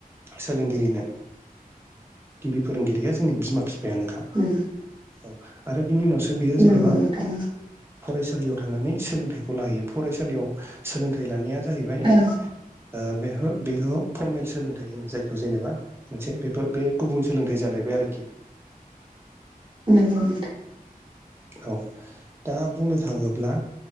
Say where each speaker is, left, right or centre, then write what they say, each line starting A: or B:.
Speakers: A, on the right (about 15°); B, on the right (about 30°).
A: सोलोंगिरिनो गिबि फोरोंगिरिया जोंनि बिमा बिफायानोखा।
B: उम
A: औ आरो बिनि उनावसो बेयो जेनेबा
B: नंगौ नोंथां
A: फरायसालियाव थांनानै सोलोंथाइखौ लाहैयो फरायसालियाव सोलोंथाइ लानाया जाहैबाय
B: ओं
A: ओ बे बेखौ फरमेल सोलोंथाइ होनो जायखौ जेनेबा मोनसे बेफोर बे गुबुन सोलोंथाइ जालायबाय आरोखि।
B: नोंगौ नोंथां।
A: औ दा बुंनो थाङोब्ला